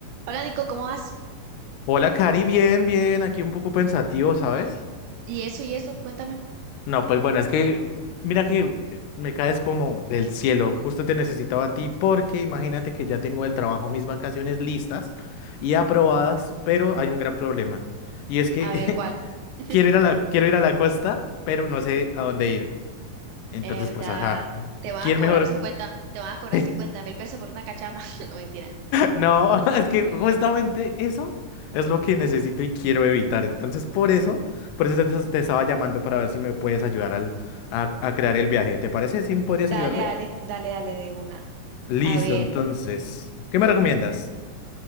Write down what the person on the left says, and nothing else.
Hola, Cari, bien, bien, aquí un poco pensativo, ¿sabes?
No, pues bueno, es que mira que eh, me caes como del cielo, justo te necesitaba a ti porque imagínate que ya tengo del trabajo mis vacaciones listas y aprobadas, pero hay un gran problema y es que
<laughs>
quiero ir a la, quiero ir a la costa, pero no sé a dónde ir. Entonces,
pues ajá,
¿quién
mejor?
<laughs>
No, <laughs> es que justamente eso es lo que necesito y quiero evitar. Entonces, por eso, por eso te, te estaba llamando para ver si me puedes ayudar al, a, a crear el viaje. ¿Te parece? ¿Sí me podrías
ayudarme?
Listo,
entonces, ¿qué me recomiendas?